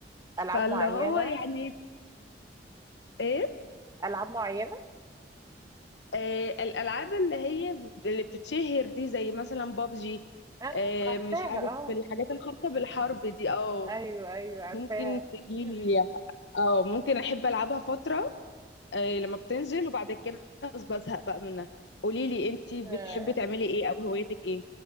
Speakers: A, on the right; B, on the left.
A: العاب
B: فاللي
A: معينة
B: هو يعني ايه
A: العاب معينة
B: آه، الالعاب اللي هي اللي بتتشهر دي زي مثلا بابجي
A: اه
B: آه،
A: عارفاها
B: مش عارف
A: اه
B: الحاجات الخاصه بالحرب دي اه
A: ايوه ايوه عارفاها
B: ممكن تجيلي
A: <laughs>
B: اه ممكن احب العبها فتره آه، لما بتنزل وبعد كده خلاص بزهق بقى منها قولي لي انتي بتحبي
A: امم
B: تعملي ايه او هوايتك ايه